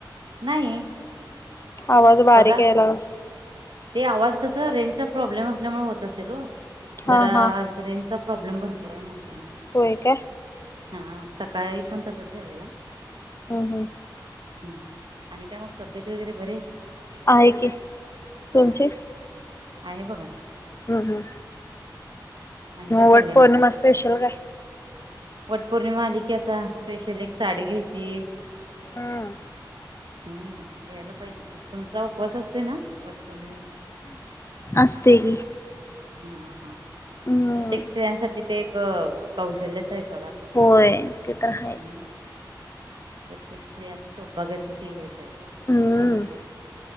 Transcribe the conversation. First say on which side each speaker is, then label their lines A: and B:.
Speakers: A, on the right; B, on the left.
A: नाही.
B: आवाज बारीक
A: बघा
B: याय लागला
A: ते आवाज कसं रेंजचा प्रॉब्लेम असल्यामुळे होत असेल ओ
B: हा
A: जरां
B: हा
A: रेंजचा प्रॉब्लेम भरपूर आहे म्हणताना
B: होय काय?
A: हा सकाळी पण तसांच झालेला
B: हम्म हम्म.
A: हम्म आणि काय मग तब्येत वगैरे बरीये?
B: आहे की.
A: हां
B: तुमची
A: हां आहे बघा.
B: हम्म हम्म.
A: आणि काय चाललंय
B: वट पौर्णिमा
A: मग?
B: स्पेशल काय
A: वटपौर्णिमा आली की आता स्पेशल एक साडी घ्यायची.
B: हम्म
A: हम्म घ्यायला पाहिजे की, तुमचा उपवास असतोय ना वटपौर्णिमेचा.
B: असते की
A: हा हा
B: हम्म
A: प्रत्येक स्त्रियांसाठी ते एक अह कौशल्यच आहे सोडा
B: होय ते तर आहेच.
A: हम्म प्रत्येक स्त्रियांचं सौभाग्याच ते हेच आहे सणच
B: हम्म
A: आहे.